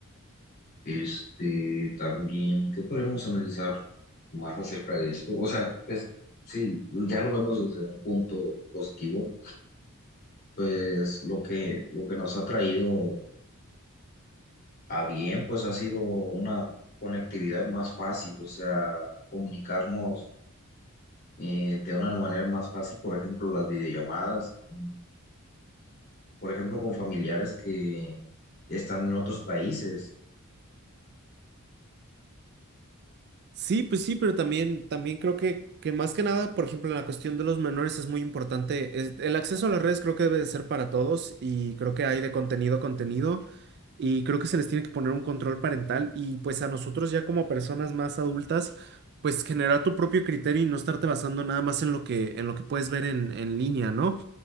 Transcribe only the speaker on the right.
Sí, pues sí, pero también, también creo que, que más que nada, por ejemplo, en la cuestión de los menores es muy importante. es- el acceso a las redes creo que debe de ser para todos y creo que hay de contenido a contenido y creo que se les tiene que poner un control parental y pues a nosotros ya como personas más adultas, pues generar tu propio criterio y no estarte basando nada más en lo que, en lo que puedes ver en, en línea, ¿no?